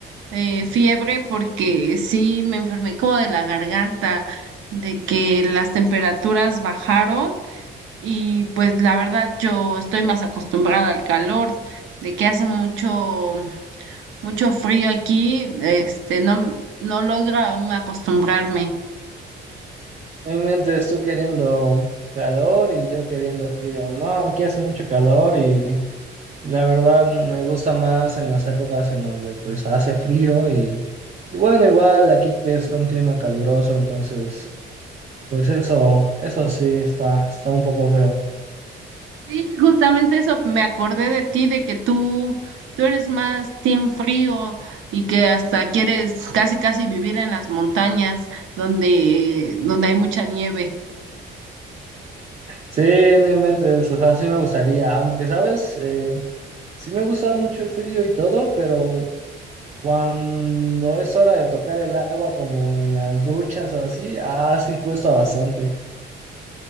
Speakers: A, on the right; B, on the right.
A: eh, fiebre porque sí me enfermé como de la garganta, de que las temperaturas bajaron y pues la verdad yo estoy más acostumbrada al calor, de que hace mucho, mucho frío aquí, este, no, no logra aún acostumbrarme.
B: No inventes, tú queriendo calor y yo queriendo frío. No, aquí hace mucho calor y, y la verdad me gusta más en las épocas en donde pues hace frío y, y bueno, igual aquí que es un clima caluroso, entonces pues eso, eso sí está, está un poco feo.
A: Sí, justamente eso me acordé de ti, de que tú, tú eres más team frío y que hasta quieres casi casi vivir en las montañas donde, donde hay mucha nieve.
B: Sí, no inventes, o sea, sí me gustaría, aunque sabes, Eh, Sí me gusta mucho el frío y todo, pero cuando es hora de tocar el agua como en las duchas o así, ah, sí cuesta bastante.